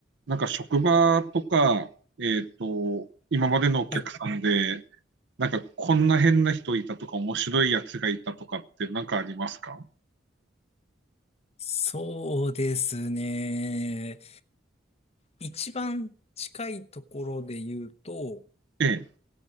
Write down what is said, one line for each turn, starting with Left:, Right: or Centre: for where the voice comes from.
Right: なんか職場とか、えっと、今までのお客さんで、
Left: はい、
Right: なんかこんな変な人いたとか、面白いやつがいたとかってなんかありますか
Left: そうですね。一番近いところで言うと、
Right: ええ、